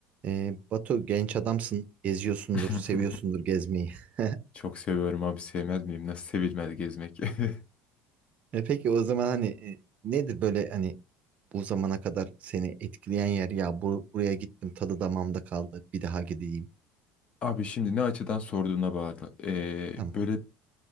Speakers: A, on the right (about 45°); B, on the left (about 35°).
A: E, Batu genç adamsın, geziyorsundur,
B: <laughs>
A: seviyorsundur gezmeyi. <laughs>
B: Çok seviyorum abi sevmez miyim? Nasıl sevilmez gezmek? <laughs>
A: E peki o zaman hani e, nedir böyle hani bu zamana kadar seni etkileyen yer ya bu, buraya gittim tadı damağımda kaldı bir daha gideyim.
B: Abi şimdi ne açıdan sorduğuna bağlı. Ee,
A: Tamam.
B: böyle